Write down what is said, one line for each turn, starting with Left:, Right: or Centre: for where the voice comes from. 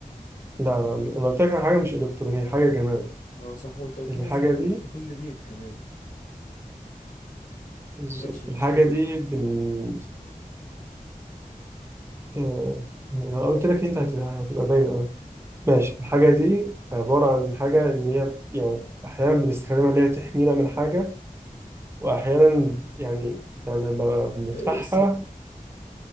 Right: لا لا أنا قلت لك على حاجة مش إلكترونية حاجة جمال
Left: اه صح وانت قلت
Right: الحاجة
Left: لي لازم تكون
Right: دي
Left: في كل بيت كمان
Right: بالظبط،
Left: ماشي اديني
Right: الحاجة دي
Left: هنت
Right: بن... آه أنا قلت لك أنت هت- هتبقى باينة أوي ماشي الحاجة دي عبارة عن حاجة إن هي يعني أحيانا بنستخدمها إن هي تحمينا من حاجة واحيانا يعني يعني لما بنفتحها
Left: آه، السك